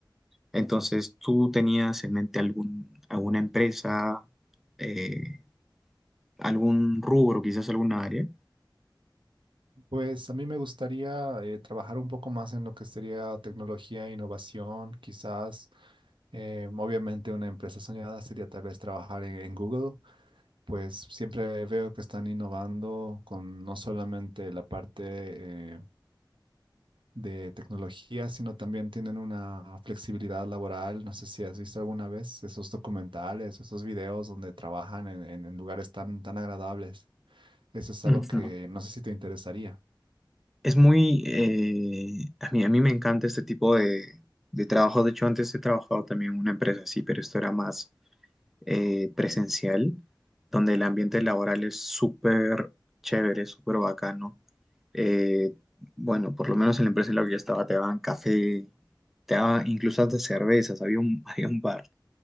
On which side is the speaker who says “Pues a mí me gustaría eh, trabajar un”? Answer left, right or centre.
Right